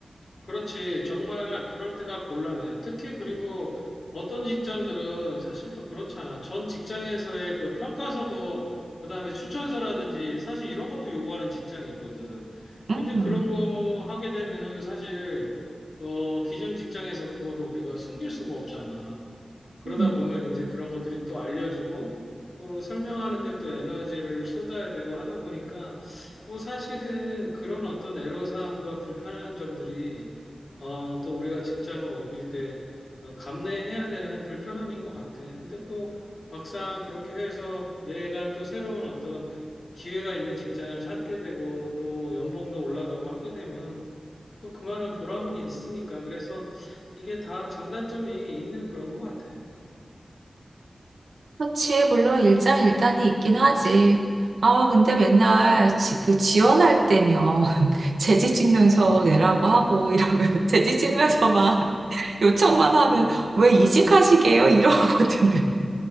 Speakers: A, on the left; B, on the right.
A: 그렇지. 정말 그럴 때가 곤란해. 특히 그리고 어떤 직장들은 사실 또 그렇잖아. 전 직장에서의 그 평가서도 그다음에 추천서라든지 사실 이런 것도 요구하는 직장이 있거든. 근데
B: 응? 음.
A: 그런 거 하게 되면은 사실 어, 기존 직장에서 그거를 우리가 숨길 수가 없잖아. 그러다
B: 음.
A: 보면 이제 그런 것들이 또 알려지고 또 설명하는데 또 에너지를 쏟아야 되고 하다 보니까 뭐 사실은 그런 어떤 애로사항과 불편한 점들이 어, 또 우리가 직장을 옮길 때 어, 감내해야 되는 불편함인 것 같아. 근데 또 막상 그렇게 해서 내가 또 새로운 어떤 기회가 있는 직장을 찾게 되고 또 연봉도 올라가고 하게 되면 또 그만한 보람은 있으니까 그래서 이게 다 장단점이 있는 그런 것 같아.
B: 그렇지. 물론 일장일단이 있긴 하지. 아, 근데 맨날 지, 그 지원할 때면 <laughs> 재직증명서
A: 음,
B: 내라고 하고 이러면 <laughs> 재직증명서만 <laughs> 요청만 하면
A: 음,
B: 왜 이직하시게요? 이러거든.